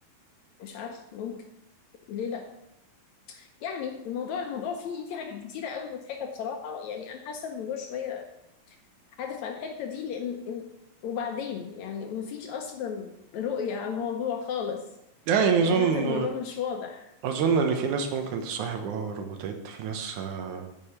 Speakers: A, on the left; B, on the right.
A: مش عارف ممكن ليه لا يعني الموضوع الموضوع فيه فيه حاجات كتيرة قوي مضحكة بصراحة يعني أنا حاسة الموضوع شوية هدف على الحتة دي لأن إن- وبعدين يعني مفيش أصلا رؤية على الموضوع خالص
B: لا يعني أظن
A: يعني حتى الموضوع مش واضح
B: أظن إن في ناس ممكن تصاحب أه روبوتات في ناس آه،